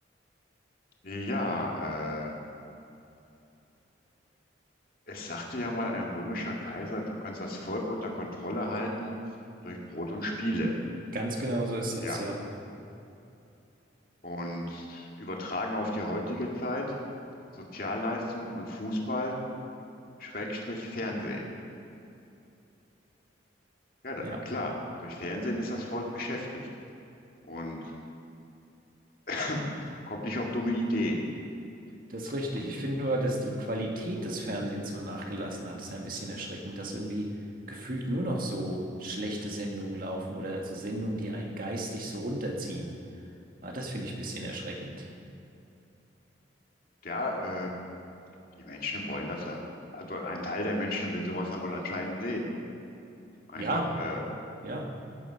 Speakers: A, on the left; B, on the right.
A: ja, äh, es sagte ja mal ein römischer Kaiser, du kannst das Volk unter Kontrolle halten durch Brot und Spiele.
B: Ganz genau so ist das,
A: Ja,
B: ja.
A: Und übertragen auf die heutige Zeit, Sozialleistung und Fußball, Schrägstrich Fernsehen. Ja, da,
B: Ja,
A: klar, durch Fernsehen ist das Volk beschäftigt und <clears throat> kommt nicht auf dumme Ideen.
B: das ist richtig.
A: Und
B: Ich finde nur, dass die Qualität des Fernsehens so nachgelassen hat. Das ist ein bisschen erschreckend, dass irgendwie gefühlt nur noch so schlechte Sendungen laufen oder so Sendungen, die einen geistig so runterziehen. Ah, das finde ich ein bisschen erschreckend.
A: ja, äh, die Menschen wollen das, äh, also ein Teil der Menschen will sowas dann wohl anscheinend sehen. Einfach
B: Ja,
A: äh,
B: ja,